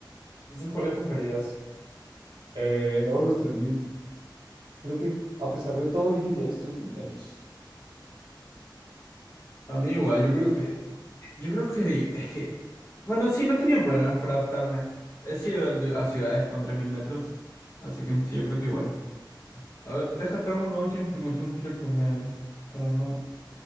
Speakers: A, on the left (about 40°); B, on the right (about 85°).
A: Entonces, ¿cuál escogerías?
B: Eh, no, los tres mil Creo que a pesar de todo, elegiría los 3.000 metros.
A: A mí igual, yo
B: ¿no?
A: creo que Yo creo que es que, bueno, sí, no he tenido problemas para adaptarme. He sido a ciudades con 3.000 metros, así que sí, yo creo que igual. A ver, déjate hago una última porque me tengo que ir a comer para no,